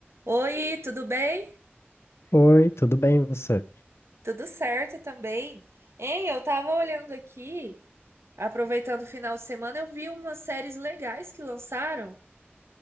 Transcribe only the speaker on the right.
Oi, tudo bem?
Tudo certo também. Hein, eu tava olhando aqui, aproveitando o final de semana, eu vi umas séries legais que lançaram.